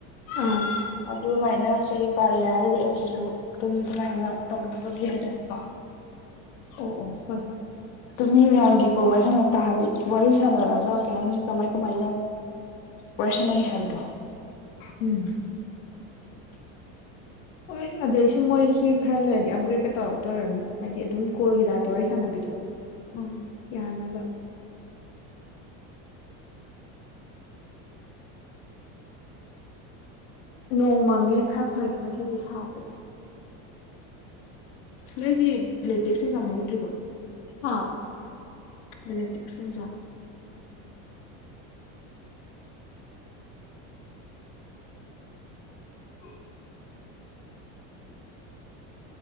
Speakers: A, on the left (about 85°); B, on the left (about 65°).
A: ꯑꯥ
B: ꯑꯗꯨꯃꯥꯏꯅ ꯁꯤꯒꯤ ꯀꯥꯔ ꯔꯤꯌꯥ ꯍꯥꯏꯔꯤꯕ ꯑꯦꯞꯁꯤꯁꯨ ꯑꯗꯨꯝ ꯑꯗꯨꯃꯥꯏꯅ ꯇꯧꯅꯕꯒꯤ ꯍꯥꯏꯇꯥꯔꯦꯀꯣ
A: ꯑꯣ ꯑꯣ ꯍꯣꯏ ꯍꯣꯏ
B: ꯑꯗꯨ ꯃꯤ ꯃꯌꯥꯝꯒꯤ ꯀꯣꯜ ꯋꯥꯔꯤ ꯁꯥꯅꯥ ꯊꯥꯔꯥꯗꯤ ꯋꯥꯔꯤ ꯁꯥꯟꯅꯔꯒꯥ ꯀꯩ ꯍꯥꯏꯅꯤ ꯀꯃꯥꯏ ꯀꯃꯥꯏꯅ ꯋꯥꯔꯤ ꯁꯥꯟꯅꯩ ꯍꯥꯏꯕꯗꯣ
A: ꯎꯝ ꯍꯣꯏ ꯑꯗꯩꯁꯨ ꯃꯣꯏꯁꯤ ꯈꯔ ꯂꯩꯔꯗꯤ ꯑꯞꯒ꯭ꯔꯦꯗꯀ ꯇꯧꯔꯛꯇꯣꯏꯔꯝꯅꯤ ꯍꯥꯏꯗꯤ ꯑꯗꯨꯝ ꯀꯣꯜꯒꯤ ꯇꯥꯏꯞꯇ ꯋꯥꯔꯤ ꯁꯥꯟꯅꯕꯤꯗꫭ <unintelligible>
B: ꯎꯝ
A: ꯌꯥꯅꯕ ꯅꯣꯡ ꯃꯪꯉꯦ ꯈꯔ ꯐꯩꯕ ꯉꯥꯁꯤꯗꯤ ꯁꯥꯕꯁꯦ
B: ꯅꯣꯏꯗꯤ ꯂꯦꯇꯦꯁꯇ ꯖꯥꯍꯧꯗꯔ꯭ꯤ ꯕꯣ
A: ꯍꯥꯥ
B: ꯂꯦꯇꯦꯁꯇ ꯒꯤ ꯖꯥ
A: ꯎꯝ <unintelligible>